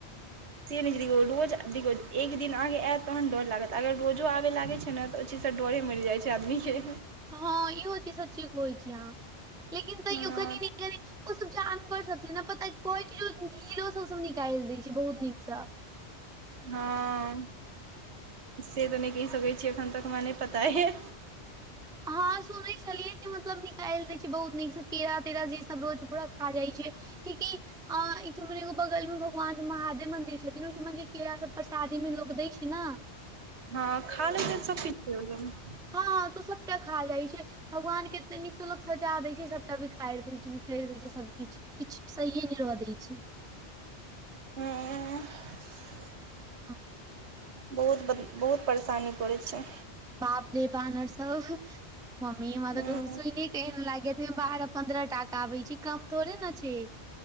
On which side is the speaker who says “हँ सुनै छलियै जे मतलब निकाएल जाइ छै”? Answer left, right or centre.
Centre